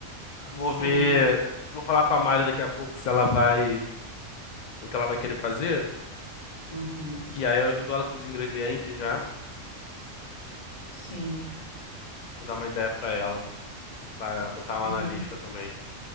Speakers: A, on the left; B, on the left.
A: Vou
B: sim,
A: ver, vou falar com a Mari daqui a pouco se ela vai, o que ela vai querer fazer,
B: uhum,
A: que aí eu ajudo ela com os ingredientes já,
B: sim,
A: pra dar uma ideia pra ela, pra botar
B: uhum.
A: lá na lista também.